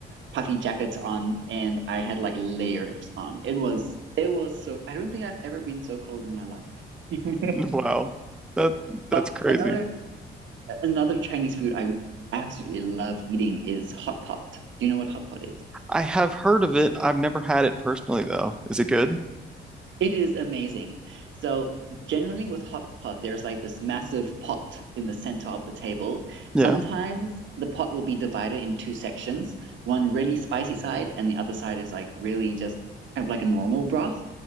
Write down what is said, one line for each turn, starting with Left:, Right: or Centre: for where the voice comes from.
Right: puffy jackets on, and I had like layers on. It was it was so. I don't think I've ever been so cold in my life. <laughs>
Centre: Wow. That that's
Right: But
Centre: crazy.
Right: another another Chinese food I absolutely love eating is hot pot. Do you know what hot pot is?
Centre: I have heard of it. I've never had it personally though. Is it good?
Right: It is amazing. So generally with hot pot, there's like this massive pot in the center of the table.
Centre: Yeah.
Right: Sometimes the pot will be divided in two sections, one really spicy side and the other side is like really just kind of like a normal broth.